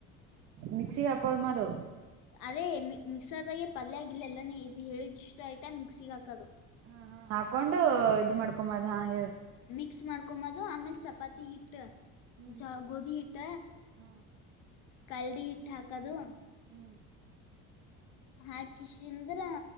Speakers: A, on the right; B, on the left.
A: ಮಿಕ್ಸಿಗೆ ಹಾಕೋ ಮಾದು
B: ಅದೇ ಮಿಕ್ಸರ್ದಾಗೆ ಪಲ್ಯಗಿಲ್ಲ ಎಲ್ಲಾನೇ ಇದು ಹೇಳಿದ ಇಷ್ಟು ಆಯತಾ ಮಿಕ್ಸಿಗ್ ಹಾಕೋದು
A: ಹ ಹಾಕೊಂಡು ಇದ ಮಾಡ್ಕೊಂಬದ್ ಹಾ ಹೇಳ
B: ಮಿಕ್ಸ್ ಮಾಡ್ಕೊಂಬದು ಆಮೇಲ್ ಚಪಾತಿ ಹಿಟ್ಟ
A: ಹ್ಮ್
B: ಜ ಗೋಧಿ ಹಿಟ್ಟ
A: ಹ್ಮ್
B: ಕಲ್ದಿ ಹಿಟ್ಟು ಹಾಕದು
A: ಹ್ಮ್
B: ಹಾಕಿ ಶಂದ್ರ